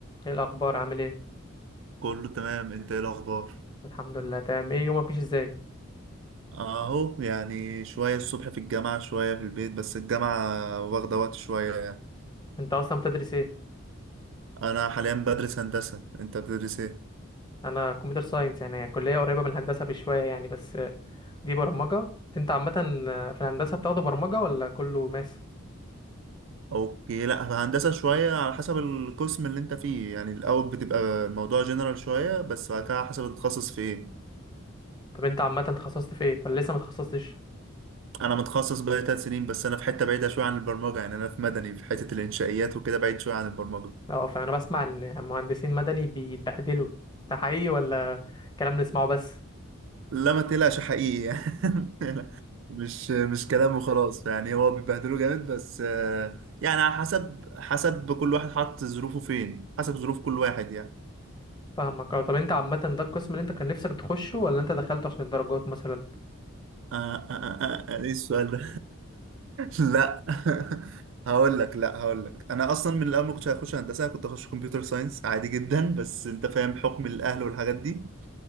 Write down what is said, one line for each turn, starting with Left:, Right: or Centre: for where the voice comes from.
Left: ايه الاخبار عامل ايه
Right: كله تمام انت ايه الاخبار
Left: الحمد لله تمام ايه يومك ماشي ازاي
Right: اهو يعني شوية الصبح في الجامعة شوية في البيت بس الجامعة واخدة وقت شوية يعني
Left: انت اصلا بتدرس ايه
Right: انا حاليا بدرس هندسة انت بتدرس ايه
Left: انا كمبيوتر ساينس يعني هي كليه قريبه من الهندسه بشويه يعني بس آه، دي برمجه انت عامه آه، في الهندسه بتاخده برمجه ولا كله ماس
Right: اوكي لا في هندسة شوية على حسب القسم اللي انت فيه يعني الاول بتبقى موضوع جنرال شوية بس بعد كده على حسب تتخصص في ايه
Left: طب انت عامه اتخصصت في ايه ولا لسه ما اتخصصتش
Right: انا متخصص بقالي تلات سنين بس انا في حتة بعيدة شوية عن البرمجة يعني انا في مدني في حتة الانشائيات وكده بعيد شوية عن البرمجة
Left: اه فانا بسمع ان مهندسين مدني بيتبهدلوا ده حقيقي ولا كلام نسمعه بس
Right: لا ما تقلقش حقيقي يعني <laughs> مش مش كلام وخلاص يعني هو بيبهدله جامد بس آه، يعني على حسب حسب كل واحد حط ظروفه فين حسب ظروف كل واحد يعني
Left: فاهمك اه طب انت عامه ده القسم اللي انت كان نفسك تخشه ولا انت دخلته عشان الدرجات مثلا
Right: آه آه آه آه آه، آه، ايه السؤال ده <laughs> لا <laughs> هقول لك لا هقول لك انا اصلا من الاول ما كنتش هخش هندسه كنت هخش كمبيوتر ساينس عادي جدا بس انت فاهم حكم الاهل والحاجات دي